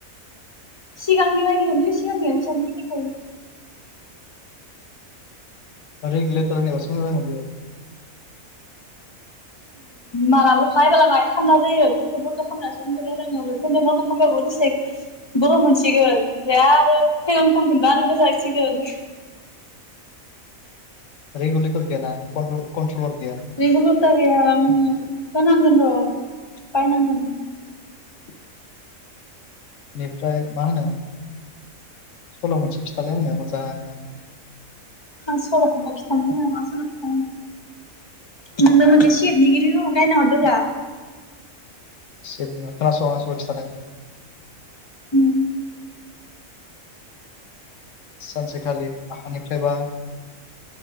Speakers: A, on the left (about 30°); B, on the left (about 65°).
A: सिगांनि बायदि होनलै सिगांनिया बिसानो गिदिंखायोमोन।
B: आरो इगलेतार नि‌आवसो मोजां जागौमोन बेयो।
A: मालाबो खायबोला बाय थान्ना जायो बेफोरखौ बन्द' खालामनासो उन्दुनो रोङो बेफोरनो बन्द' होबाबो दसे बर' मोनसिगोन ओमफ्राय आरो फेन खालामफिनबा आरो गोजांसिगोन
B: रिगलेतर गेदा कन्ट्रलार गैया।
A: रेंगु लथा गैया आं होनांगोन र' बायनांगोन।
B: <inaudible> बेनिफ्राय मा होनो सल' मोनसे फिथालाय होनो मोजांनो।
A: आं सल' थांबा खिथानो आ मा सल' खिथानो नोंनो मोनसे सिटनिगिरिखौ गायना हरदोंा
B: सेफ नंङा खोनासं आं सल' खिथानो।
A: उम
B: सानसेखालि आखानिफ्रायबा